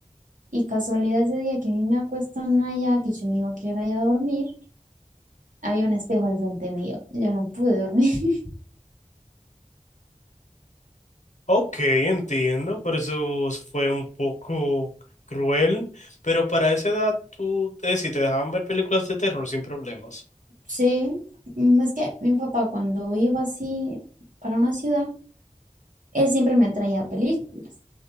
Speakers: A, on the right (about 75°); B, on the left (about 65°).
A: Y casualidad ese día que a mí me acuestan allá, que yo me iba a quedar allá a dormir, había un espejo al frente mío. Yo no pude dormir. <laughs>
B: ok, entiendo, pero eso fue un poco cruel, pero para esa edad tú, es decir, te dejaban ver películas de terror sin problemas.
A: Sí, mm, es que mi papá cuando iba así para una ciudad, él siempre me traía películas